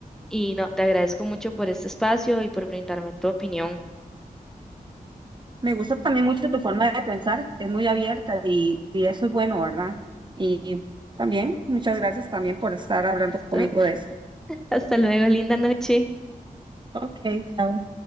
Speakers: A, in the centre; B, on the right (about 30°).
A: y no, te agradezco mucho por este espacio y por brindarme tu opinión.
B: Me gusta también mucho tu forma de pensar, es muy abierta y, y eso es bueno, ¿verdad? Y también, muchas gracias también por estar hablando
A: <laughs>
B: conmigo de eso.
A: Hasta luego, linda noche.
B: Ok, chao.